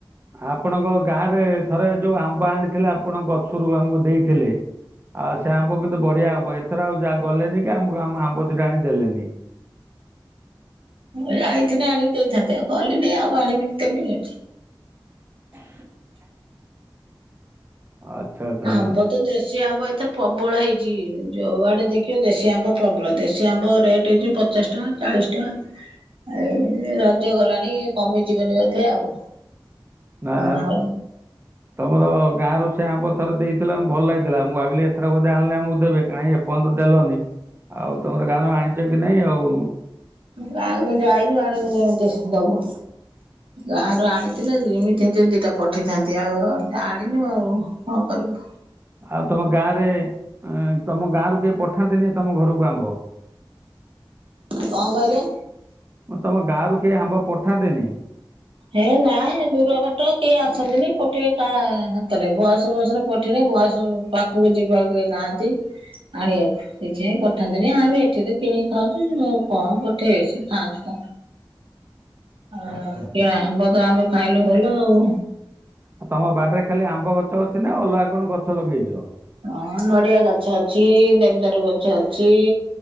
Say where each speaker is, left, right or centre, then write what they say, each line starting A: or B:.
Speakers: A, on the right; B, on the right.
A: ଆପଣଙ୍କ ଗାଁ ରେ ଥରେ ଯୋଉ ଆମ୍ବ ଆଣିଥିଲା ଆପଣ ଗଛରୁ ଆମକୁ ଦେଇଥିଲେ। ଆଉ ସେ ଆମ୍ବ କିନ୍ତୁ ବଢିଆ ଆମ୍ବ ଏଥର ଆଉ ଯା ଗଲେନି କି ଆମକୁ ଆମ ଆମ୍ବ ଦିଟା ଆଣି ଦେଲେନି।
B: ଯାଇଥିନେ ଆଣିକି ଦେଇଥାନ୍ତେ ଆଉ ଗଲିନି ଆଉ ଆଣିବି କେମି
A: <inaudible> ଆଚ୍ଛା ଆଚ୍ଛା
B: ହବ ତ ଦେଶ୍ ଦେଶୀ ଆମ୍ବ ଏଥର ପ୍ରବଳ ହେଇଜି ଯୋଉ ଆଡେ ଦେଖିବ ଦେଶୀ ଆମ୍ବ ପ୍ରବଳ ଦେଶୀ ଆମ୍ବ ରେଟ୍ ହେଉଚି ପ ପଚାଶ୍ ଟଙ୍କା ଚାଳିଶ୍ ଟଙ୍କା। ଏଇ ରଜ ଗଲାଣି କମିଯିବନି ବୋଧେ ଆଉ।
A: ନାକୁ।
B: ଆଉ
A: ତମର ଗାଁରୁ ସେ ଆମ୍ବ ଥରେ ଦେଇଥିଲ ଭଲ ଲାଗିଥିଲା ମୁଁ ଭାବିଲି ଏଥର ବୋଧେ ଆଣିଲେ ଆମକୁ ଦେବେ କାଇଁ ଏ ପନ୍ତ ଦେଲନି ଆଉ ତମର ଗାନ ଆଣିଚ କି ନାଇଁ ଆଉ।
B: ଗାଁ ରୁ କିନ୍ତୁ ଆଇନୁ ଆଣିକି କେମିତି ଦବୁ। ଗାଁରୁ ଆଣିଥିଲେ <unintelligible> ହେଇ ଦିଟା ପଠେଇଥାନ୍ତି ଆଉ ଆଣିନୁ ଆଉ କଣ କରିବୁ।
A: ଆଉ ତମ ଗାଁ ରେ ଏଁ ତମ ଗାଁରୁ କେହି ପଠାନ୍ତିନି ତମ ଘରକୁ ଆମ୍ବ?
B: କଁ କଇଲେ?
A: ତମ ଗାଁରୁ କେହି ଆମ୍ବ ପଠାନ୍ତେନି?
B: ହେ ନାଇଁ ଦୂରଘାଟ କିଏ ଆସନ୍ତିନି ପଠେଇ କା ହାତରେ ବୟସ ବସ୍ ରେ ପଠିରେ ବୟସ। ପାଖକୁ ଯିବାକୁ କେହି ନାହାନ୍ତି ଆଣିବାକୁ। ସେଇଛି ପାଇଁ ପଠାନ୍ତିନି ଆମେ ଏଠିରେ କିିଣିକି ଖାଉଚୁ ମୁଁ କଣ ପଠେଇବେ ସେ ଖାଆନ୍ତୁ ତା ହ
A: ଆଚ୍ଛା ଆଚ୍ଛା
B: କିଣା ଆମ୍ବ ତ ଆମ୍ବ ଖାଇଲୁ ଭଲ ଆଉ।
A: ଆଉ ତମ ବାଡିରେ ଖାଲି ଆମ୍ବ ଗଛ ଅଛି ନା ଅଲଗା କଣ ଗଛ ଲଗେଇଚ?
B: ହଁ ନଡିଆ ଗଛ ଅଛି ଦେବ୍ ଦାରୁ ଗଛ ଅଛି।